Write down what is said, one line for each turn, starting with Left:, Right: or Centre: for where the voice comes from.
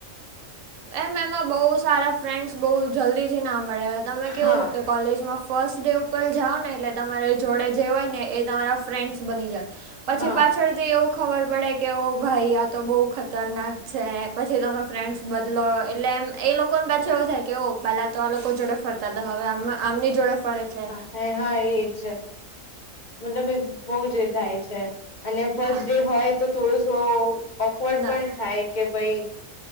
Right: એમ એમાં બઉુ સારા ફ્રેન્ડ્સ બઉ જલ્દી થી ના મળ્યા તમે
Left: હા
Right: કેવું
Left: હા
Right: કે કોલેજમાં ફર્સ્ટ ડે ઉપર જાઓ ને એટલે તમારી જોડે જે હોય ને એ તમારા ફ્રેન્ડ બની જાય પછી
Left: હા
Right: પાછળથી એવું ખબર પડે કે ઓ ભાઈ આ તો બહુ ખતરનાક છે પછી તમે ફ્રેન્ડ્સ બદલો એટલે એમ એ લોકો ને પાછું એવું થાય કે ઓ પેલા તો આ લોકો જોડે ફરતા હતા હવે આમ આમની જોડે ફરે છે.
Left: હ હા એજ મતલબ એ બહુ જ એ થાય છે. અને ફસ્ટ
Right: હા
Left: ડે હોય તો થોડોસો ઓકવર્ડ
Right: ના
Left: પણ થાય કે ભાઈ